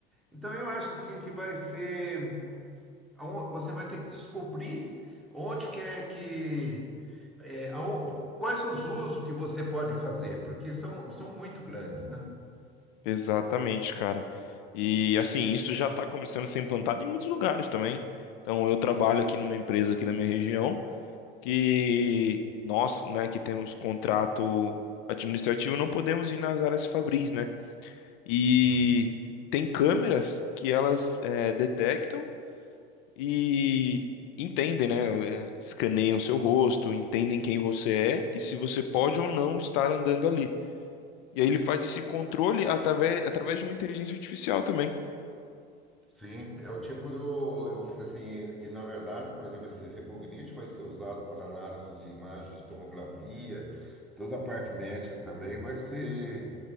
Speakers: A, in the centre; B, on the left.
A: Então eu acho assim que vai ser, aon- você vai ter que descobrir onde que é que, é, aon- quais os usos que você pode fazer, porque são, são muito grandes, né?
B: Exatamente, cara. E assim, isso já está começando a ser implantado em muitos lugares também. Então, eu trabalho aqui numa empresa aqui da minha região. que nós, né, que temos contrato administrativo, não podemos ir nas áreas fabris, né? E
A: Uhum.
B: tem câmeras que elas eh, detectam e entendem, né? eh, Escaneiam seu rosto, entendem quem você é e se você pode ou não estar andando ali. E aí ele faz esse controle através, através de uma inteligência artificial também.
A: Sim, é o tipo do. Eu falei assim, e, e, na verdade, por exemplo, esse Recognite vai ser usado para análise de imagem de tomografia, toda a parte médica também vai ser.